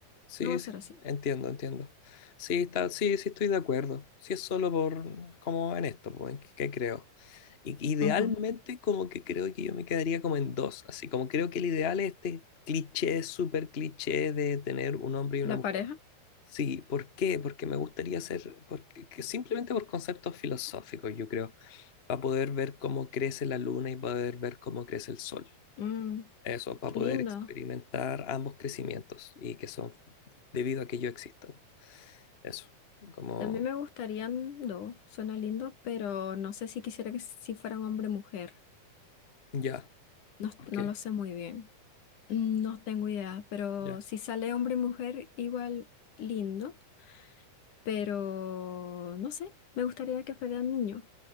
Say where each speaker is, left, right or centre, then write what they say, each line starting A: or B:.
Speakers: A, on the left; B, on the left.
A: Sí,
B: no va a ser
A: sí,
B: así.
A: entiendo, entiendo. Sí, está, sí, sí estoy de acuerdo. Sí es solo por, como en esto, pues, en que, que creo. Y, idealmente
B: Ujú.
A: como que creo que yo me quedaría como en dos, así como creo que el ideal es este cliché, súper cliché de tener un hombre y una
B: La
A: mujer.
B: pareja.
A: Sí, ¿por qué? Porque me gustaría ser, porque, que simplemente por conceptos filosóficos, yo creo, para poder ver cómo crece la luna y poder ver cómo crece el sol.
B: Mm,
A: Eso, para
B: qué
A: poder
B: lindo.
A: experimentar ambos crecimientos y que son debido a que yo existo. Eso, como
B: También me gustarían dos, suena lindo, pero no sé si quisiera que si fueran hombre y mujer.
A: ya,
B: No,
A: ¿por qué?
B: no lo sé muy bien. Mm, No tengo idea, pero
A: Ya.
B: si sale hombre y mujer, igual lindo, pero no sé, me gustaría que fueran niños,